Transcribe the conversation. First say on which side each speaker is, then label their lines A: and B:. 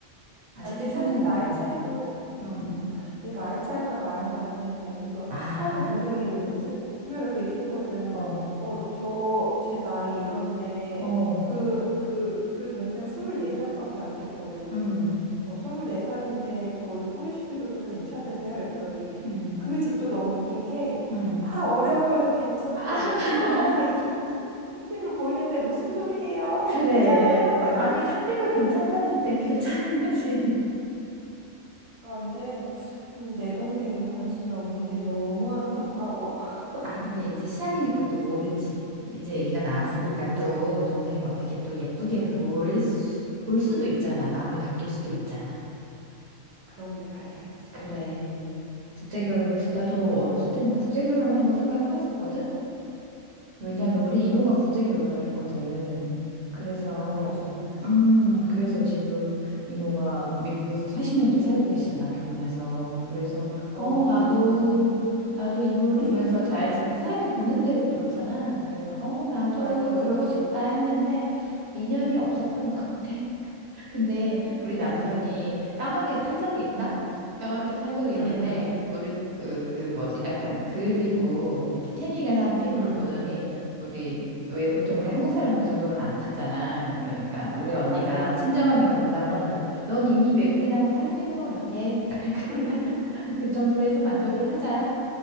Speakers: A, on the right (about 60°); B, on the right (about 35°).
A: 아직
B: 안
A: 세상을
B: 돼. 사실
A: 모르네.
B: 나이 차이도
A: 음.
B: 음, 근데 나이 차이가 많이 나기는 해. 그래서
A: 아,
B: 처음에 동생이 그냥 웃음, 웃으면서 그 얘기했거든.
A: 어,
B: 어, 저, 제 나이 이런데,
A: 어,
B: 그, 그, 그 동생 24살밖에 안 됐거든.
A: 음,
B: 어, 24살인데 저를 소개시켜줘도 괜찮으세요? 그랬더니
A: 음,
B: 그 집도 너무 웃긴 게,
A: 음.
B: 아, 어려 보여서 괜찮다고
A: 아, <laughs>
B: 내 동생한테, 아, 20, 20, 20대로 보이는데 무슨 소리예요?
A: 그래.
B: 뭐 괜찮아요? 막 이러면.
A: 아니, 상대가 괜찮다는데 괜찮아야지.
B: 아, 근데 음, 내 동생이 관심이 없는 게 너무 안타까워. <laughs>
A: 아, 근데 이제 시작이니까 또 모르지. 이제 얘기가 나왔으니까
B: 모르지.
A: 또 동생이 어떻게 또 예쁘게
B: 음,
A: 볼, 수, 볼 수도 있잖아. 마음이 바뀔 수도 있잖아.
B: 그러길 바래야지.
A: 그래. 국제결혼, 나도 어렸을 때는 국제결혼을 한번 생각해봤었거든? 왜냐하면
B: 음,
A: 우리 이모가 국제 결혼을 했거든. 그래서,
B: 아, 그러시구나.
A: 음,
B: 음,
A: 그래서 지금 이모가 미국에서 40년째 살고 계시잖아, 결혼해서. 그래서,
B: 어,
A: 어,
B: 어,
A: 나도,
B: 음,
A: 나도 이모를 보면서
B: <laughs>
A: 자연스럽게 사람이 보는 대로 그렇잖아. 그래서, 어, 나도
B: 맞아,
A: 그러고
B: 맞아.
A: 싶다 했는데, 인연이 없었던 것 같아. 근데 우리
B: 에이,
A: 남편이 까맣게 탄 적이 있다?
B: 음,
A: 까맣게 탄 적이
B: 음,
A: 있는데
B: 음,
A: 우리 으, 그 뭐지 약간 그을리고 이렇게 태닝을 한 피부를
B: 음,
A: 보더니 우리 왜 보통 우리 한국 사람은 그 정도로는 안 타잖아. 그러니까 우리 언니가
B: 맞아, 맞아.
A: 친정 언니가 농담을 하더라고. 넌 이미 외국인하고 살고 있는 것 같아. <laughs> 그러니까
B: <laughs>
A: 그냥 <laughs> 그 정도로 해서 만족을 하자.